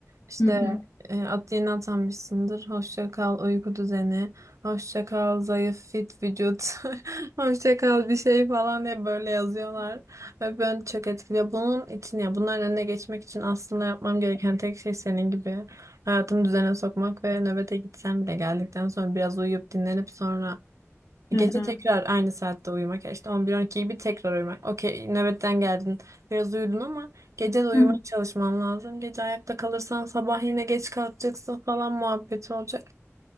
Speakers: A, on the right; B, on the left.
A: İşte
B: Hı hı.
A: e, at yeni atanmışsındır. Hoşça kal uyku düzeni. Hoşça kal zayıf fit vücut. <laughs> Hoşça kal bir şey falan diye böyle yazıyorlar. Ve beni çok etkiliyor. Bunun için ya bunların önüne geçmek için aslında yapmam gereken tek şey senin gibi hayatımı düzene sokmak ve nöbete gitsem bile geldikten sonra biraz uyuyup dinlenip sonra
B: Hı
A: Gece
B: hı.
A: tekrar aynı saatte uyumak. Ya işte 11-12 gibi tekrar uyumak. Okey nöbetten geldin. Biraz uyudun ama gece de uyumaya
B: Hı
A: çalışman lazım. Gece ayakta kalırsan sabah yine geç kalkacaksın falan muhabbeti olacak.